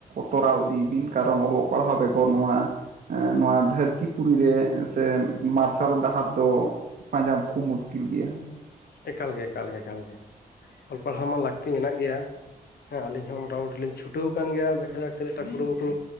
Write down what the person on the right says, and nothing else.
ᱛᱚᱨᱟᱶ ᱤᱫᱤᱭ ᱵᱤᱱ ᱠᱟᱨᱚᱱ ᱚᱞᱚᱜ ᱯᱟᱲᱦᱟᱣ ᱵᱮᱜᱚᱨ ᱱᱚᱣᱟ᱾ ᱮ ᱱᱚᱣᱟ ᱫᱷᱟᱨᱛᱤ ᱯᱩᱨᱤ ᱨᱮ ᱥᱮ᱾ ᱛᱮᱢ ᱢᱟᱨᱥᱟᱞ ᱰᱟᱦᱟᱨ ᱫᱚ ᱯᱟᱸᱡᱟ ᱠᱷᱩᱵ ᱢᱩᱥᱠᱤᱞ ᱜᱮᱣᱟ᱾